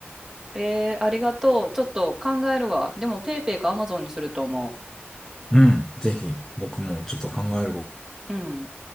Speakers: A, on the right; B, in the centre.
A: えー、ありがとうちょっと考えるわでもペイペイかアマゾンにすると思
B: うん。ぜひ、僕もちょっと考える
A: ううん